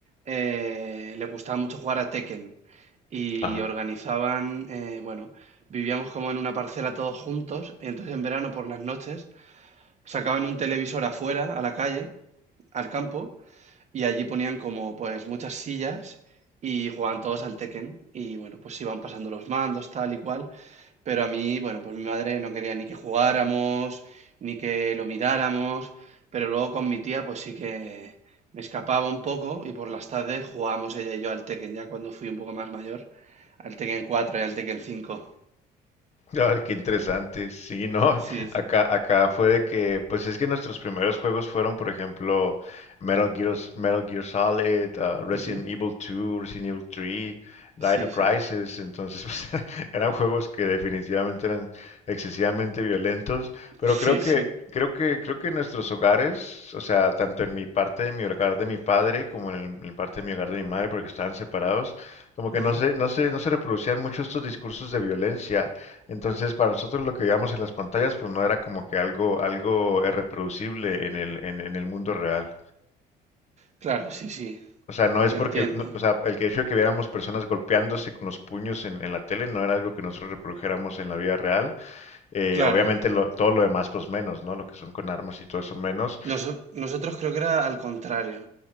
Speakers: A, on the right (about 40°); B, on the left (about 40°).
A: eh, les gustaba mucho jugar a Tekken y
B: Ajá.
A: organizaban, eh, bueno, vivíamos como en una parcela todos juntos y entonces en verano por las noches sacaban un televisor afuera, a la calle, al campo y allí ponían como pues muchas sillas y jugaban todos al Tekken. Y bueno, pues iban pasando los mandos, tal y cual. Pero a mí, bueno, pues mi madre no quería ni que jugáramos, ni que lo miráramos. Pero luego con mi tía, pues sí que me escapaba un poco y por las tardes jugábamos ella y yo al Tekken, ya cuando fui un poco más mayor, al Tekken cuatro y al Tekken cinco
B: Ah, qué interesante. Sí, no,
A: Sí, sí.
B: acá, acá fue de que, pues es que nuestros primeros juegos fueron, por ejemplo, Metal Gear, Metal Gear Solid, ah, Resident
A: Ujú.
B: Evil 2, Resident Evil 3, Dino
A: Sí, sí.
B: Crisis. Entonces, pues, <laughs> eran juegos que definitivamente eran excesivamente violentos.
A: <laughs>
B: Pero creo
A: Sí, sí.
B: que, creo que, creo que en nuestros hogares, o sea, tanto en mi parte de mi hogar de mi padre como en el, en parte de mi hogar de mi madre, porque estaban separados, como que
A: Ujú.
B: no se, no se, no se reproducían mucho estos discursos de violencia entonces, para nosotros lo que veíamos en las pantallas, pues no era como que algo, algo eh, reproducible en el, en, en el mundo real.
A: Claro, sí, sí.
B: O sea, no es
A: Te
B: porque,
A: entiendo.
B: no- o sea, el que hecho de que viéramos personas golpeándose con los puños en, en la tele no era algo que nosotros reprodujéramos en la vida real. Eh,
A: Claro.
B: obviamente lo- todo lo demás, pues menos, ¿no? Lo que son con armas y todo eso menos.
A: Noso- nosotros creo que era al contrario.